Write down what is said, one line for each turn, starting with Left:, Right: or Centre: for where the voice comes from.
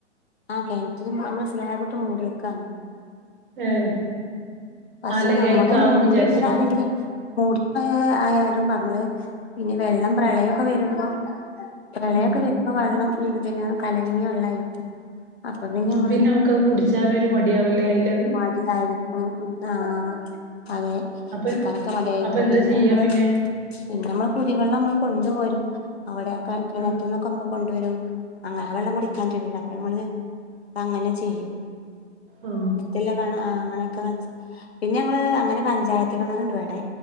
Left: ആ കിണറ്റിന് നമ്മള് സ്ലാബ് ഇട്ട് മൂടിയിരിക്കയാണ്.
Right: ആഹ്
Left: പക്ഷെ
Right: അല്ലെങ്കി
Left: നമ്മള്
Right: അയിക്കാവും
Left: മൂടിയിട്ടതാണെങ്കിലോ
Right: വിചാരിച്ചിട്ടോ
Left: മൂടി വെച്ചതായാലും നമ്മള് പിന്നെ വെള്ളം പ്രളയമൊക്കെ വരുമ്പോ പ്രളയൊക്കെ
Right: ഉം
Left: വരുമ്പോ വെള്ളം എന്താ പിന്നെ കലങ്ങിയ വെള്ളായിരിക്കും. അപ്പൊ
Right: ഉം.
Left: നമ്മള്
Right: പിന്നെ നമുക്ക്ത് കുടിച്ചാനൊരു മടിയാവില്ലേ. അതിലെ
Left: മടിയായിരിക്കും. ആഹ്. അതെ
Right: അപ്പൊ
Left: എടുക്കാനൊക്കെ മടിയായിരിക്കും.
Right: അപ്പൊ എന്താ
Left: പിന്നെ
Right: ചെയ്യാ
Left: നമ്മള്
Right: പിന്നെ
Left: പിന്നെ നമ്മള് കുടിവെള്ളം നമ്മൾ കൊണ്ടുവരും. അവിടെക്കെ കിണറ്റിൽ
Right: ആഹ്
Left: നിന്നൊക്കെ നമ്മൾ കൊണ്ടു വരും അങ്ങനെ. ആ വെള്ളം കുടിക്കാൻ പറ്റില്ല. അപ്പൊ ഞങ്ങള് അങ്ങനെ ചെയ്യും.
Right: ഓ....
Left: ഇല്ല. കനാ.. ആ അങ്ങനെയൊക്കെ. പിന്നെ ഞങ്ങള് അങ്ങനെ പഞ്ചായത്ത് കിണറുണ്ട് ഇവിടെ.